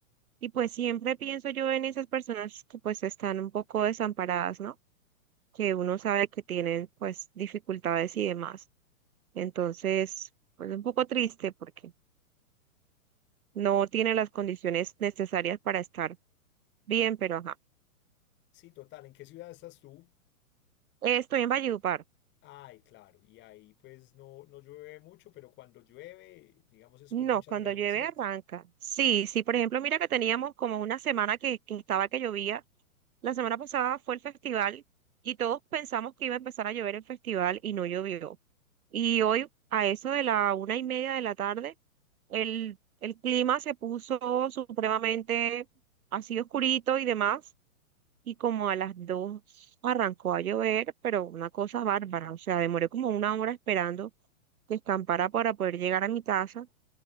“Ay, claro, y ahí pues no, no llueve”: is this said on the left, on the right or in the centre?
Left